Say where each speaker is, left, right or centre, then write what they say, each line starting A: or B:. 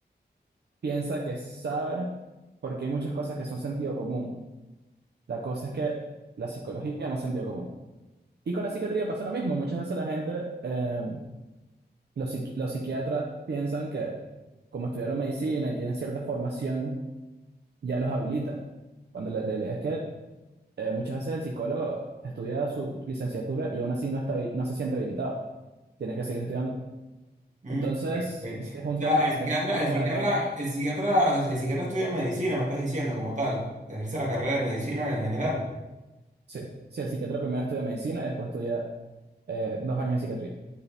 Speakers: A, on the right; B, on the right.
A: piensa que sabe, porque hay muchas cosas que son sentido común. La cosa es que la psicología no es sentido común. Y con la psiquiatría pasa lo mismo, muchas veces la gente... eh, Los, psiqui- los psiquiatras piensan que como estudiaron medicina y tienen cierta formación, ya los habilita, cuando la realidad es que eh, muchas veces el psicólogo estudia su licenciatura y aún así no está, habi- no se siente habilitado, tiene que seguir estudiando.
B: Mm,
A: Entonces,
B: ok, ok.
A: es un
B: O sea,
A: tema,
B: el psiquiatra,
A: es un
B: el
A: tema
B: psiquiatra,
A: de debate.
B: el psiquiatra, el psiquiatra estudia medicina, me estás diciendo como tal, ejerce la carrera de medicina en general.
A: Sí, sí, el psiquiatra primero estudia medicina y después estudia eh, dos años de psiquiatría.